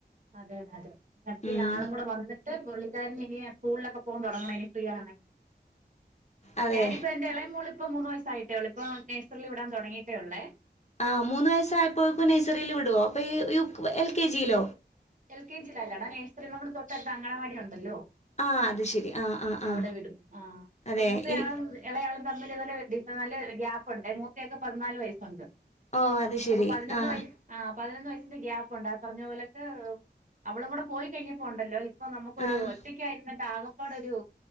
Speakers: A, on the right; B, on the left.
A: അതെ അതെ അതെ കട്ടി
B: ഉം
A: ആളും കൂടെ വന്നിട്ട് പുള്ളിക്കാരൻ ഇനി സ്കൂളിലൊക്കെ പോകാൻ തുടങ്ങണം ഇനി ഫ്രീ ആണങ്കി
B: അതെ.
A: ഞാനിപ്പോ എൻ്റെ ഇളയ മോള് പ്പം മൂന്ന് വയസ്സായിട്ടെ ഉള്ളൂ ഇപ്പം നഴ്സറി വിടാൻ തുടങ്ങിയിട്ടേ ഉള്ളെ
B: ആ മൂന്ന് വയസ്സായപ്പേക്കും നഴ്സറി വിടോ അപ്പ ഈ U K L K G ലോ
A: എൽ കെ ജി ലല്ലടാ നെയ്‌സറി നമ്മടെ തൊട്ടട്ത്ത അങ്കണവാടി ഉണ്ടല്ലോ
B: ആ അത് ശരി. ആ ആ ആ.
A: അവടെ വിടും. ആഹ്
B: അതെ.
A: മൂത്ത
B: ഈ
A: ആള് ഇളയ ആളും തമ്മിൽ നല്ല ഡിഫ ഗ്യ ഉണ്ട് മൂത്തേ ആക്ക് പതിനാല് വയസൊണ്ട്.
B: ഓ അത് ശരി.
A: അപ്പൊ പതിനൊന്ന്
B: ആ.
A: വയസ് പതിനൊന്ന് വയസ്സിന്റെ ഗ്യാപ്പൊണ്ട്. പറഞ്ഞപോലൊക്കെ <unintelligible> അവളും കൂടി പോയി കയിഞ്ഞാ പോണ്ടല്ലോ പ്പ നമ്മക്കൊരു
B: ആഹ്
A: ഒറ്റക്കായിരുന്നിട്ടാക പ്പലൊരു